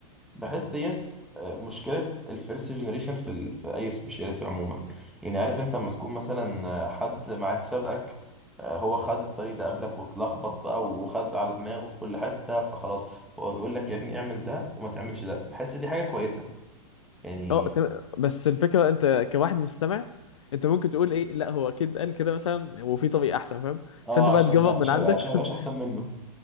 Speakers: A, in the centre; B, on the left.
A: بحس ديت آه، مشكلة الفيرست جنريشن في ال... في أي سبيشاليتي عموما يعني عارف أنت لما تكون مثلا آه، حد معاك سابقك آه، هو خد الطريق ده قبلك واتلخبط بقى وخد على دماغه في كل حتة فخلاص هو بيقول لك يا ابني اعمل ده وما تعملش ده بحس دي حاجة كويسة يعني
B: اه تم... بس الفكره انت كواحد مستمع انت ممكن تقول ايه لا هو اكيد قال كده مثلا وفي طريق احسن فاهم
A: اه
B: فانت بقى
A: عشان
B: تجرب
A: ما عشان
B: من عندك
A: عشان ما يبقاش
B: <laughs>
A: أحسن منه